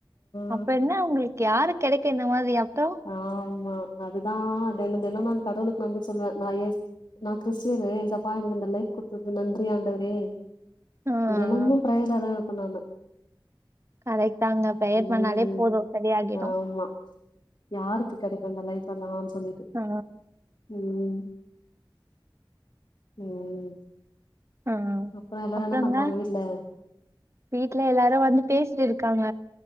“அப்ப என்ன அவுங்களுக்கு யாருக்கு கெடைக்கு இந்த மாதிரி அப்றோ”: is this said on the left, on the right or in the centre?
Right